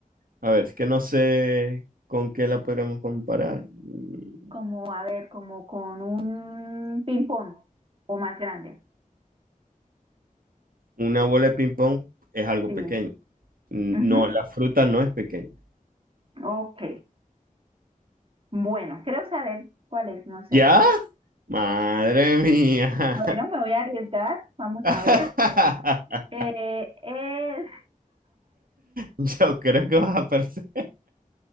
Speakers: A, on the right (about 80°); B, on the right (about 40°).
A: A ver, es que no sé con qué la podríamos comparar. Mm,
B: Como, a ver, como con un ping-pong o más grande.
A: Una bola de ping-pong es algo
B: Sí.
A: pequeño. Mm,
B: Ujú,
A: No, la fruta no es pequeña.
B: Ok. Bueno, creo saber cuál es, no sé.
A: ¿Ya? Madre mía.
B: Bueno, me voy a arriesgar. Vamos
A: <laughs>
B: a ver. Eh, es...
A: Yo creo que vas a perder.